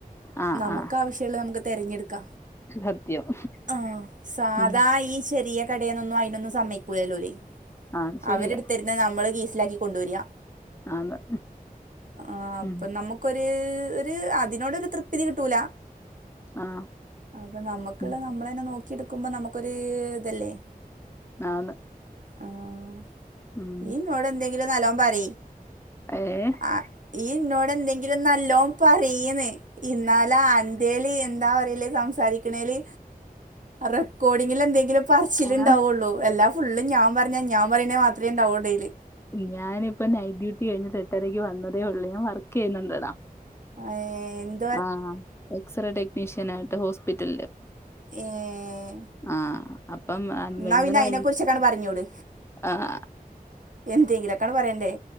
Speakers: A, on the left; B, on the right.
A: ആഹ്
B: നമുക്ക്
A: ആഹ്
B: ആവശ്യള്ളത് നമ്മക്ക് തെരഞ്ഞെട്ക്ക
A: സത്യം
B: ആഹ് സാധാ
A: ഉം
B: ഈ ചെറിയ കടേന്നൊന്നും അയിനൊന്നും സമ്മയ്ക്കൂലല്ലോല്
A: ആ അത് ശരിയാ
B: അവര് ഇട്ത്തെര്ന്നത് നമ്മള് കീ സിലാക്കി കൊണ്ടോരാ
A: ആന്ന്
B: ആ അപ്പോ
A: ഉം
B: നമു ക്കൊര് ഒര് അതിനോടൊര് തൃപ്തിഥി കിട്ടൂല
A: ആഹ്
B: അപ്പ നമുക്ക്‌ള്ളത്
A: ഉം
B: നമ്മളെന്നെ നോക്കിട്ക്കുമ്പോ നമ്ക്കൊര് ഇതല്ലേ
A: ആന്ന്
B: ആഹ്
A: ഉം
B: ഇയ്യ് ഇന്നോടെന്തെങ്കിലും നല്ലോം പറി
A: ഏഹ്
B: ആ ഇയ്യ് ഇന്നോടെന്തെങ്കിലും നല്ലോം പറയ്യ്ന്ന് ഇന്നാലാ അൻ ന്റേല് എന്താ പറയല് സം സാരിക്ക്ണേല് റെക്കോർഡിങ്ങില് എന്തെങ്കിലും പറച്ചില്ണ്ടാവൊള്ളൂ
A: ആഹ്
B: എല്ലാ ഫുള്ള് ഞാ പറഞ്ഞാ ഞാൻ പറീണെ മാത്രേ ഉണ്ടാവൊള്ളൂ അയില്
A: ഞാനിപ്പം നൈറ്റ് ഡ്യൂട്ടി കഴിഞ്ഞ് എട്ടരയ്ക്ക് വന്നതേ ഒള്ളു ഞാൻ വർക്ക്യ്യ്ന്നുണ്ടടാ
B: ഏഹ് എ
A: ആഹ് എക്സറേ ടെക്നീഷ്യനായിട്ട് ഹോസ്പിറ്റൽല്
B: ഏഹ്
A: ആഹ് അപ്പം ആ
B: ഇന്നാ
A: ഇന്നലെ
B: പിന്നെ അയ്നെ കുറിച്ചൊക്കാണ്ട് പറഞ്ഞൂട്
A: ആഹ്
B: എന്തെങ്കിലൊക്കാണ്ട് പറയണ്ടേ